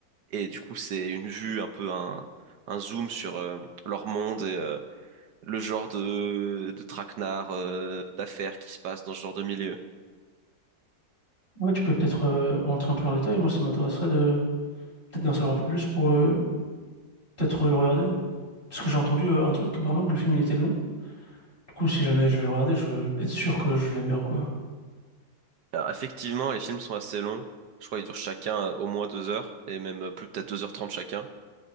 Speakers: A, on the right (about 65°); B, on the left (about 25°).
A: Et du coup, c'est une vue, un peu un, un zoom sur euh, leur monde et euh, le genre de, de traquenard, euh, d'affaires qui se passe dans ce genre de milieu.
B: Ouais, tu peux peut-être euh, rentrer un peu en détail. Moi, ça m'intéresserait de peut-être d'en savoir un peu plus pour euh, peut-être le regarder. Parce que j'ai entendu euh, un truc, apparemment, que le film il était long. Du coup, si jamais je vais le regarder, je veux être sûr que je l'aime bien, quoi.
A: Alors, effectivement, les films sont assez longs. Je crois qu'ils durent chacun euh, au moins deux heures, et même euh, plus peut-être deux heures trente chacun.